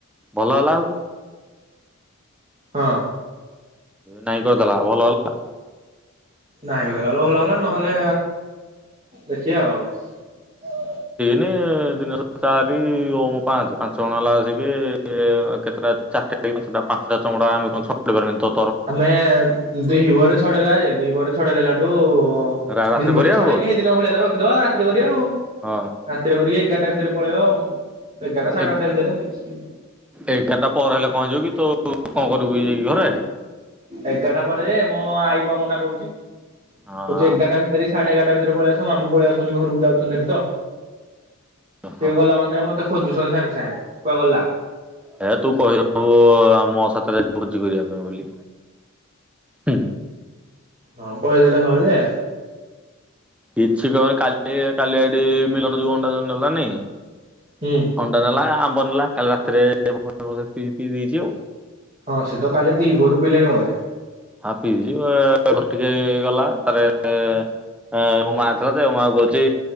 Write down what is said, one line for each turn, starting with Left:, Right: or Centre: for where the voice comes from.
Centre: ଭଲ ହେଲା ଆହୁରି।
Right: ହଁ।
Centre: ନାଇଁ କରିଦେଲା ଭଲ ହେଲା।
Right: ନାଇ କଦଲା ଭ ଭଲ ହେଲା ନହେଲେ ଦେଖିବା ଆଉ।
Centre: ଏ ଦିନ ଚାରି ଓ ମୋ ପାଞ୍ଚ ପାଞ୍ଚ ଜଣ ହେଲା ଆସିକି କେତେଟା ଚାରିଟା ଟା ପାଞ୍ଚଟା ଚମଡ଼ା ଆମେ କଣ <unintelligible> ପାରବୁନି ତ
Right: ଆମେ ଦିିପହରେ ଛଡେଇଦବା ଯେ ଦିିପହରେ ଛଡେଇ ଦେଲାଠୁ ହ
Centre: ରାତିରେ
Right: ଦିପହରେ
Centre: କରିବା
Right: ଛଡେଇକି
Centre: ଆଉ।
Right: ସେଇଦିନ ଭଳିଆ ରଖିଦବା ଆଉ ରାତିରେ କରିବା ଆଉ
Centre: ହଁ
Right: ରାତିରେ କରିକି ଏଗାରଟା ଭିତରେ ପଳେଇବା ଆଉ ଏଗାରଟା ସାଢେ
Centre: ଏ
Right: ବାରଟା ଭିତରେ ଦେଖିକି
Centre: ଏଗାରଟା ପରେ ହେଲେ କଣ ହେଇଯିବ କି ତୁ କଣ କରିବୁ କି ଯାଇକି ଘରେ?
Right: ଏଗାରଟା ପରେ ଯେ ମୁଁ ଆଇପ ମନା କରୁଚି।
Centre: ହଁ
Right: କହୁଚି ଏଗାରଟା ଭିତରେ ସାଢେ ଏଗାରଟା ଭିତରେ ପଳେଇ ଆସ, ମାମୁ ପଳେଇ ଆସଛନ୍ତି ଘରକୁ ଯାଉଛନ୍ତି ସେଠି ତ। ସିଏ
Centre: ହଁ
Right: ଗଲା ମାତ୍ରେ ମତେ ଖୋଜୁଛନ୍ତି ସାଙ୍ଗେ ସାଙ୍ଗେ କୁହାରେ ଗଲା?
Centre: ହେ ତୁ କହିଦବୁ ଆ ମୋ ସାାତରେ ଭୋଜି କରିବା ପାଇଁ ବୋଲି। ହୁଁ
Right: ହଁ କହିଦେଲେ ହବ ଯେ
Centre: କିଛି କହାବେନି କାଲି କାଲିଆଡେ ମିଲନ ଯଉ ଅଣ୍ଡା ଟା ନେଲାନି?
Right: ହୁଁ
Centre: ଅଣ୍ଡା ନେଲା ଆମ୍ବ ନେଲା କାଲି ରାତିରେ ପିଇ ପିଇ ଦେଇଚି ଆଉ।
Right: ହଁ ସେ ତ କାଲି ଦିପହରୁ ପିଇଲାଣି ବୋଧେ।
Centre: ହଁ ପିଇଚି ଘଟି ଯାଇ ଗଲା ତାରେ ହ ମୋ ମା ଥିଲା ଯଉ ମାଙ୍କୁ କହୁଚି